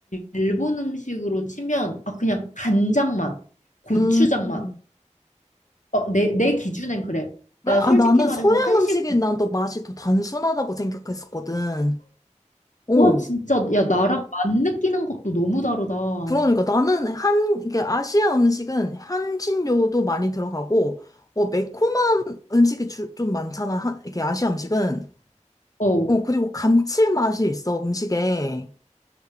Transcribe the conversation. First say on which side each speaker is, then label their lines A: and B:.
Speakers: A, on the left; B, on the left.
A: 일본 음식으로 치면, 아, 그냥 간장 맛, 고추장
B: 음, 음.
A: 맛, 어, 내, 내 기준엔 그래. 나
B: 그래? 아,
A: 솔직히
B: 나는
A: 말해서
B: 서양
A: 한식,
B: 음식이 난 더 맛이 더 단순하다고 생각했었거든. 어.
A: 와, 진짜, 야, 나랑 맛 느끼는 것도 너무 다르다. 어,
B: 그러니까 나는 한, 이게 아시아 음식은 향신료도 많이 들어가고, 어, 매콤한 음식이 주, 좀 많잖아. 한, 이게 아시아 음식은.
A: 어,
B: 어, 그리고 감칠맛이 있어, 음식에.